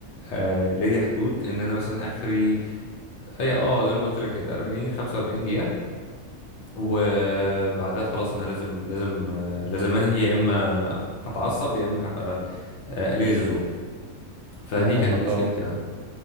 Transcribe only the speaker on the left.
آه، ليا حدود ان انا مثلا اخري هي اه زي ما قلت لك كده 40 45 دقيقة وبعدها خلاص انا لازم لازم آه، لازم انهي يا اما هتعصب يا اما هبقى آه، قليل الذوق فدي
كانت مشكلتي
اه